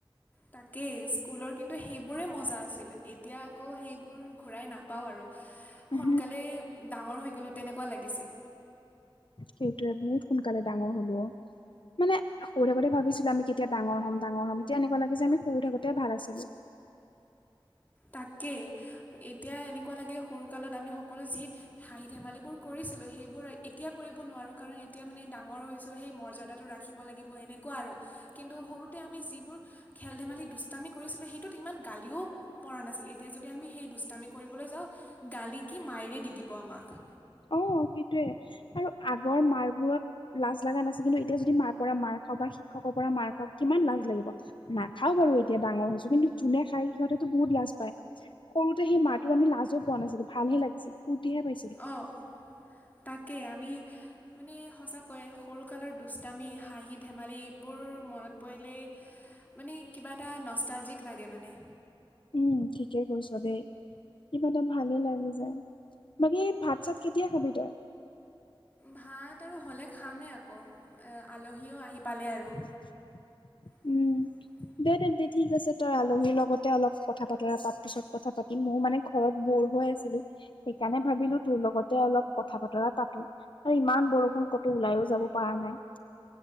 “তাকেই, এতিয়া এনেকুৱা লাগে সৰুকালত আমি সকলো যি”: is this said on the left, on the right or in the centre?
Left